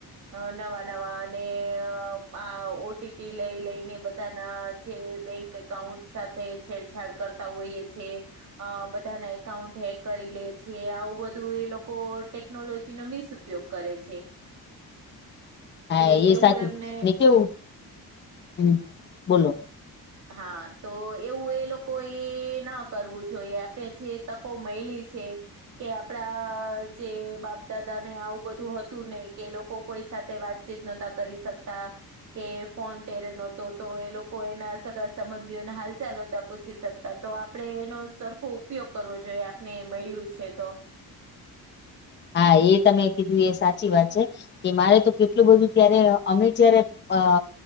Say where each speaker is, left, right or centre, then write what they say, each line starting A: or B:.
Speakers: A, on the right; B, on the left.
A: અ નવા નવા અને આ ઓટીપી લઈ લઈને બધાના જે બેંક એકાઉન્ટ સાથે છેડછાડ કરતા હોઈએ છે અ બધાના એકાઉન્ટ હેક કરી લે છે આવું બધું એ લોકો ટેકનોલોજી નો મિસ ઉપયોગ કરે છે.
B: <unintelligible> હા,
A: કે
B: એ
A: એવું
B: સાચું
A: એમને
B: ને કેવું હ બોલો
A: હા, તો એવું એ લોકો એ ના કરવું જોઈએ આપને જે તકો મયલી છે કે આપડા જે બાપ દાદા ને આવું બધું હતું નય કે એ લોકો કોઈ સાથે વાતચીત નતા કરી શકતા કે ફોન તેરે નહતો તો એ લોકો એના સગા સંબંધીઓને હાલ ચાલતા પૂછી શકતા તો આપણે એનો સરખો ઉપયોગ કરવો જોઈએ આપને મયલું છે તો.
B: હા, એ તમે કીધું એ સાચી વાત છે. કે મારે તો કેટલું બધું ત્યારે અમે જયારે અ